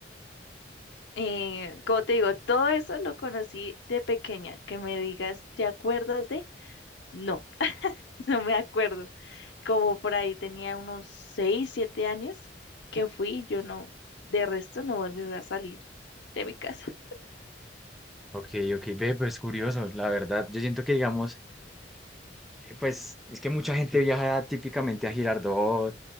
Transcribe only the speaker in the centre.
Ok, ok, ve, pues curioso, la verdad. Yo siento que, digamos, eh, pues es que mucha gente viaja típicamente a Girardot,